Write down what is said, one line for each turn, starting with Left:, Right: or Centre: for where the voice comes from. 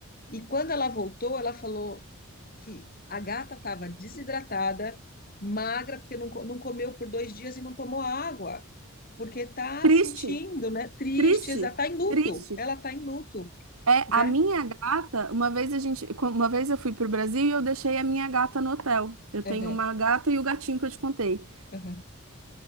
Left: E quando ela voltou, ela falou que a gata estava desidratada, magra, porque não, co- não comeu por dois dias e não tomou água, porque tá
Right: Triste,
Left: sentindo, né? Triste,
Right: triste,
Left: exa- tá em luto.
Right: triste.
Left: Ela tá em luto,
Right: É,
Left: né?
Right: a minha gata, uma vez a gente, uma vez eu fui pro Brasil e eu deixei a minha gata no hotel. Eu tenho
Left: Aham,
Right: uma gata e o gatinho que eu te contei.
Left: aham,